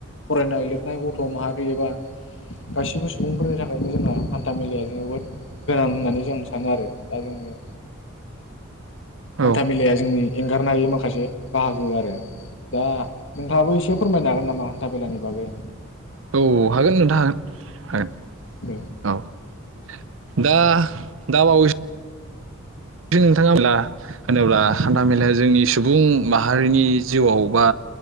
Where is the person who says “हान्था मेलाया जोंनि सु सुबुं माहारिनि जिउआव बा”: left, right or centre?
Right